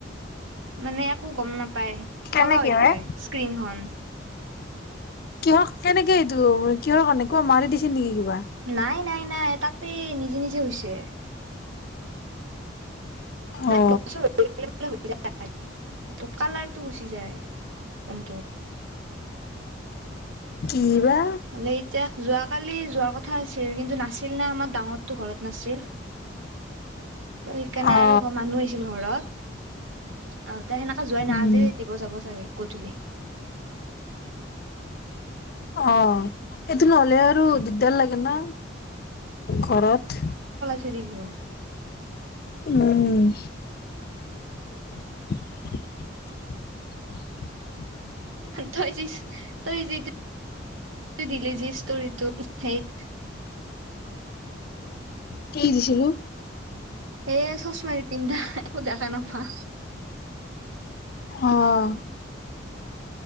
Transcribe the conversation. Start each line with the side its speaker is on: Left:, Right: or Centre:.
Right: মানে একো গম নাপ পায়
Left: কেনেকে
Right: ক'লা হৈ থাকে
Left: হে
Right: স্কিণখন
Left: কিহৰ কেনেকে এইটো ম কিহৰ কাৰণে কবা মাৰি দিছিল নেকি কিবা
Right: নাই নাই নাই তাতে নিজে নিজে হৈছে <unintelligible>
Left: অ
Right: কালাৰটো গুচি যায় টো
Left: কি বা
Right: লে এতিয়া যোৱাকালি যোৱাৰ কথা আছিল কিন্তু নাছিল নে আমাৰ ডাঙৰটো ঘৰত নাছিল ত সেইকাৰণে
Left: অ
Right: আৰু ঘ মানুহ আহিছিল ঘৰত অহ তাই সেনেকা যোৱাই নাই
Left: উম
Right: আজি দিব যাব চাগে গধূলি
Left: অ এইটো নহ'লে আৰু দিগদাৰ লাগে না ঘৰত
Right: চৰিব
Left: উম। <inaudible>
Right: তই যি, তই যি দিলি যি ইস্তৰিটো সেইট
Left: কি দিছিলো?
Right: এ চচমাৰী পিন্ধা, একো দেখা নাপা।
Left: অঁ